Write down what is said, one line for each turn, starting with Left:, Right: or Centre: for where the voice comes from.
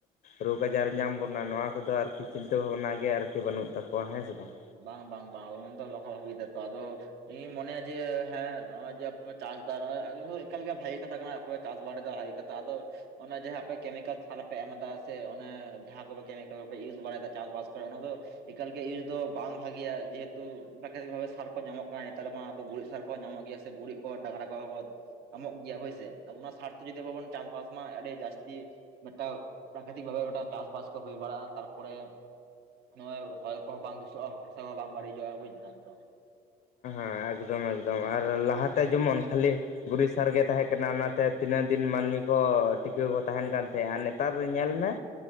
Left: ᱨᱳᱜᱽ ᱟᱡᱟᱨ ᱧᱟᱢ ᱵᱚᱱᱟ, ᱱᱚᱣᱟ ᱠᱚᱫᱚ ᱟᱨᱠᱤ ᱪᱤᱱᱛᱟᱹ ᱵᱷᱟᱵᱽᱱᱟ ᱜᱮ ᱟᱨᱠᱤ ᱵᱟᱹᱱᱩᱜ ᱛᱟᱠᱚᱣᱟ ᱦᱮᱸ ᱥᱮ ᱵᱟᱝ?
Right: ᱵᱟᱝ ᱵᱟᱝ ᱵᱟᱝ ᱩᱱᱫᱚ ᱵᱟᱠᱚ ᱵᱷᱟᱵᱤᱛᱟ ᱛᱚ ᱟᱫᱚ ᱤᱧ ᱢᱚᱱᱮᱭᱟ ᱡᱮ ᱦᱮᱸ ᱱᱚᱜᱼᱚᱭ ᱡᱮ ᱟᱯᱮ ᱯᱮ ᱪᱟᱥ ᱫᱟ ᱱᱚᱜᱼᱚᱭ ᱤᱭᱟᱹ ᱮᱠᱟᱞ ᱜᱮ ᱵᱷᱟᱜᱤ ᱠᱟᱛᱷᱟ ᱠᱟᱱᱟ ᱟᱯᱮ ᱪᱟᱥ ᱵᱟᱲᱮ ᱫᱚ ᱵᱷᱟᱜᱮ ᱠᱟᱛᱷᱟ ᱟᱫᱚ ᱚᱱᱮ ᱡᱟᱦᱟᱸ ᱟᱯᱮ ᱠᱮᱢᱤᱠᱮᱞ ᱥᱟᱨᱯᱮ ᱮᱢ ᱫᱟ ᱥᱮ ᱚᱱᱮ ᱡᱟᱦᱟᱸ ᱠᱚᱯᱮ ᱠᱮᱢᱤᱠᱮᱞ ᱠᱚᱯᱮ ᱤᱭᱩᱥ ᱵᱟᱲᱟᱭᱫᱟ, ᱪᱟᱥᱵᱟᱥ ᱠᱚᱨᱮ ᱚᱱᱟ ᱫᱚ ᱮᱠᱟᱞ ᱜᱮ ᱤᱭᱩᱥ ᱫᱚ ᱵᱟᱝ ᱵᱷᱟᱜᱮᱭᱟ ᱡᱮᱦᱮᱛᱩ ᱯᱨᱟᱠᱨᱤᱛᱤᱠ ᱵᱷᱟᱵᱮ ᱥᱟᱨ ᱠᱚ ᱧᱟᱢᱚᱜ ᱠᱟᱱᱟ᱾ ᱱᱮᱛᱟᱨ ᱢᱟ ᱟᱫᱚ ᱜᱩᱨᱤᱡ ᱥᱟᱨ ᱠᱚ ᱧᱟᱢᱚᱜ ᱜᱮᱭᱟ ᱥᱮ ᱜᱩᱨᱤᱡ ᱠᱚ ᱰᱟᱝᱨᱟ ᱠᱚᱦᱚᱸ ᱠᱚ ᱮᱢᱚᱜ ᱜᱮᱭᱟ ᱦᱳᱭᱥᱮ ᱚᱱᱟ ᱥᱟᱨ ᱛᱮ ᱡᱩᱫᱤ ᱟᱵᱚ ᱵᱚᱱ ᱪᱟᱥᱵᱟᱥ ᱢᱟ ᱟᱹᱰᱤ ᱡᱟᱹᱥᱛᱤ ᱢᱤᱫᱴᱟᱝ ᱯᱨᱟᱠᱤᱛᱤᱠ ᱵᱷᱟᱵᱮ ᱢᱤᱫᱴᱟᱝ ᱪᱟᱥᱵᱟᱥ ᱠᱚ ᱦᱩᱭ ᱵᱟᱲᱟᱜᱼᱟ᱾ ᱛᱟᱨᱯᱚᱨᱮ ᱱᱚᱜᱼᱚᱭ ᱦᱚᱭ ᱠᱚᱦᱚᱸ ᱵᱟᱝ ᱫᱩᱥᱚᱜᱼᱟ᱾ ᱦᱟᱥᱟ ᱠᱚ ᱵᱟᱝ ᱵᱟᱹᱲᱤᱡᱚᱜᱼᱟ, ᱵᱩᱡᱽᱫᱟᱢ ᱛᱚ᱾
Left: ᱦᱮᱸ ᱮᱠᱫᱚᱢ ᱮᱠᱫᱚᱢ ᱟᱨ ᱞᱟᱦᱟᱛᱮ ᱡᱮᱢᱚᱱ ᱠᱷᱟᱹᱞᱤ ᱜᱩᱨᱤᱡ ᱥᱟᱨ ᱜᱮ ᱛᱟᱦᱮᱸ ᱠᱟᱱᱟ᱾ ᱚᱱᱟ ᱛᱮ ᱛᱤᱱᱟᱹᱜ ᱫᱤᱱ ᱢᱟᱱᱢᱤ ᱠᱚ ᱴᱤᱠᱟᱹᱣ ᱠᱚ ᱛᱟᱦᱮᱱ ᱠᱟᱱ ᱛᱟᱦᱮᱸᱫᱼᱟ ᱱᱤ ᱱᱮᱛᱟᱨ ᱨᱮ ᱧᱮᱞ ᱢᱮ